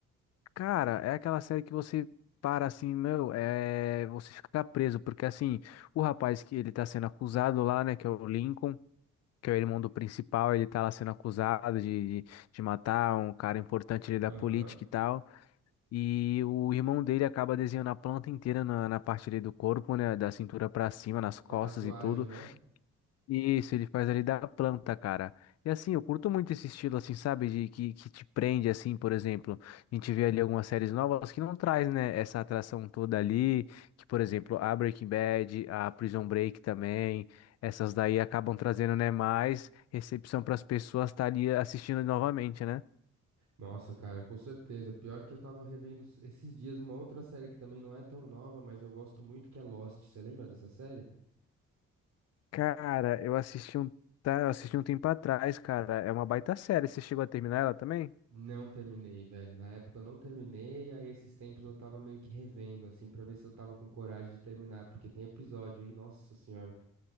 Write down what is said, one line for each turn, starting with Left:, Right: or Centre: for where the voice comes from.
Left: Cara, é aquela série que você para assim, meu, é, você fica preso, porque assim, o rapaz que ele tá sendo acusado lá, né, que é o Lincoln, que é o irmão do principal, ele tá lá sendo acusado de, de, de matar um cara importante ali da
Right: Aham.
Left: política e tal, e o irmão dele acaba desenhando a planta inteira na, na parte ali do corpo, né, da cintura pra cima, nas costas
Right: Com a tatuagem,
Left: e tudo,
Right: né?
Left: isso, ele faz ali da planta, cara. E assim, eu curto muito esse estilo, assim, sabe? De que, que te prende, assim, por exemplo. A gente vê ali algumas séries novas que não traz, né, essa atração toda ali. Que, por exemplo, a Breaking Bad, a Prison Break também. Essas daí acabam trazendo, né, mais recepção para as pessoas estar ali assistindo novamente, né?
Right: Nossa, cara, com certeza. Pior que eu tava revendo s- esses dias uma outra série que também não é tão nova, mas eu gosto muito, que é Lost. Você lembra dessa série?
Left: Cara, eu assisti um, tá, eu assisti um tempo atrás, cara. É uma baita série. Você chegou a terminar ela também?
Right: Não terminei, velho. Na época eu não terminei, aí esses tempos eu tava meio que revendo, assim, pra ver se eu tava com coragem de terminar, porque tem episódio, hein? Nossa senhora.